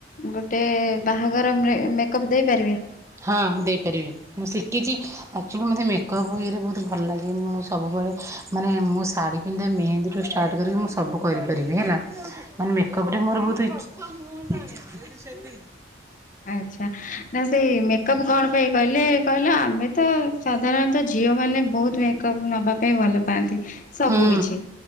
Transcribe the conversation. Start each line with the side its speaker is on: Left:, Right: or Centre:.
Left: ଗୋଟେ ବାହାଘର ମେକଅପ ଦେଇପାରିବେ।
Right: ହଁ ମୁଁ ଦେଇପାରିବି ମୁଁ ଶିଖିଛି ଆକଚୁଲି ମତେ ମେକପ୍ ଇରେ ବହୁତ ଭଲ ଲାଗେ ମୁଁ ସବୁବେଳେ ମାନେ ମୁଁ ଶାଢୀ ପିନ୍ଧା ମେହେନ୍ଦୀଠୁ ଷ୍ଟାର୍ଟ କରିକି ମୁଁ ସବୁ କରିପାରିବି ହେଲା ମାନେ ମେକପ ମୋର ବହୁତ ଇ
Left: ଆଛା ନା ସେ ମେକଅପ କଣ ପାଇ? କହିଲେ କହିଲ ଆମେ ତ ସାଧାରଣତଃ ଝିଅମାନେ ବହୁତ ମେକଅପ୍ ନବା ପାଇଁ ଭଲ ପାଆନ୍ତି। ସବୁ
Right: ହୁଁ
Left: କିଛି